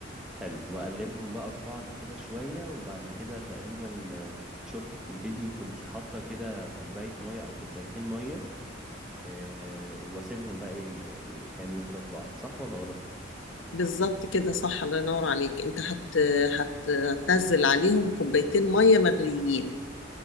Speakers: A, in the centre; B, on the left (about 85°).
A: حلو وأقلبهم بقى في بعض كده شوية وبعد كده تقريبا آه، شفتك في الفيديو كنتي حاطة كده كوباية مية أو كوبايتين مية آه، وأسيبهم بقى ي- يتعملوا كده في بعض صح ولا غلط؟
B: بالظبط كده صح الله ينور عليك انت هت... هت... هتنزل عليهم كوبايتين ميه مغليين